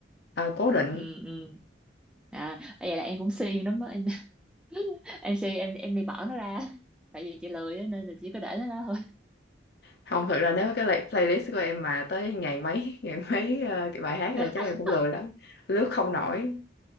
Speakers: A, on the left; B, in the centre.
A: à, cố định
B: ừ ừ ừ. à vậy là em cũng siêng lắm á em em MC em em đi bỏ nó ra tại vì chị lười á, nên là chỉ có để nó đó thôi
A: không thực ra nếu cái lay- playlist của em mà tới ngàn mấy <laughs> ngàn mấy ờ, cái bài hát
B: <laughs>
A: rồi chắc em cũng lười lắm lướt không nổi